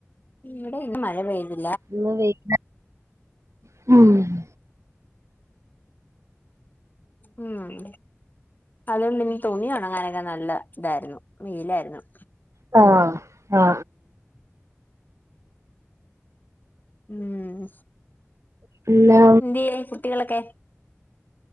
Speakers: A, on the left; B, on the right.
A: ഇവിടെ ഇന്ന് മഴപെയ്ത്
B: ഇന്ന് വെയ്ലായിരുന്ന് അം
A: ഉം അതുണ്ട്ന്ന് തുണി ഉണങ്ങാനൊക്കെ നല്ല ഇതായിരുന്നു വെയിലായിരുന്നു
B: ഹലോ അ
A: ഊം
B: പിന്നെ
A: എന്ത്യേ കുട്ടികളൊ ക്കെ